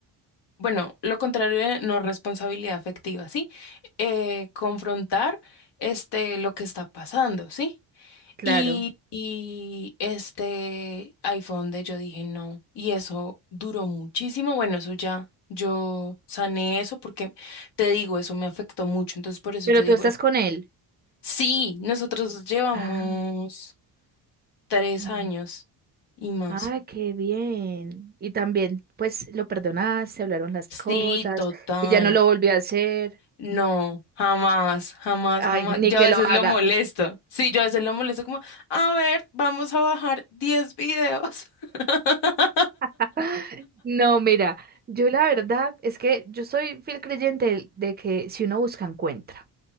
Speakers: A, on the left; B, on the right.
A: bueno, lo contrario de no responsabilidad afectiva, ¿sí? Eh, confrontar, este, lo que está pasando, ¿sí?
B: claro.
A: Y, y este, ahí fue donde yo dije no. Y eso duró muchísimo. Bueno, eso ya, yo sané eso porque te digo, eso me afectó mucho. Entonces, por eso
B: Pero
A: yo digo,
B: tú estás con él.
A: Sí, nosotros llevamos
B: Ah,
A: tres
B: también.
A: años y más.
B: Ah, qué bien. Y también, pues, lo perdonaste, hablaron las
A: Sí,
B: cosas
A: total.
B: y ya no lo volvió a hacer.
A: No, jamás, jamás,
B: Ay,
A: jamás.
B: ni
A: Yo
B: que
A: a veces
B: lo haga.
A: lo molesto. Sí, yo a veces lo molesto como, a ver, vamos a bajar 10 videos. <laughs>
B: <laughs> No, mira, yo la verdad es que yo soy fiel creyente de de que si uno busca, encuentra.